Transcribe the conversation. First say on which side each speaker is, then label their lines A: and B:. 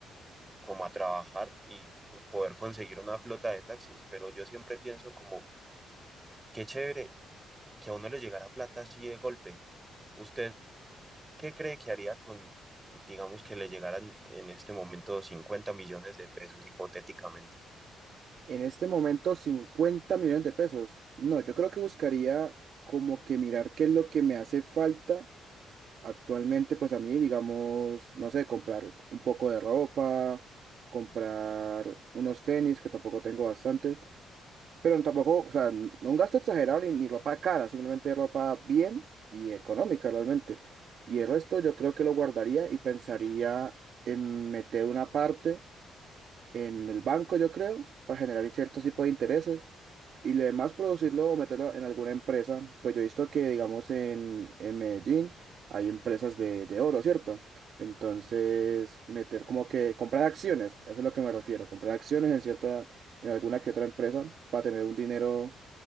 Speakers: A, on the right; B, on the right.
A: como a trabajar y poder conseguir una flota de taxis, pero yo siempre pienso como, qué chévere que a uno le llegara plata así de golpe. ¿Usted qué cree que haría con, digamos que le llegaran en este momento 50 millones de pesos hipotéticamente?
B: En este momento, 50 millones de pesos. No, yo creo que buscaría como que mirar qué es lo que me hace falta actualmente, pues a mí, digamos, no sé, comprar un poco de ropa, comprar unos tenis, que tampoco tengo bastantes, pero tampoco, o sea, n- no un gasto exagerado ni, ni ropa cara, simplemente ropa bien y económica realmente. Y el resto yo creo que lo guardaría y pensaría en meter una parte. en el banco, yo creo, para generar ciertos tipos de intereses y lo demás producirlo o meterlo en alguna empresa. Pues yo he visto que, digamos, en, en Medellín hay empresas de, de oro, ¿cierto? Entonces, meter como que comprar acciones, eso es lo que me refiero, comprar acciones en cierta, en alguna que otra empresa para tener un dinero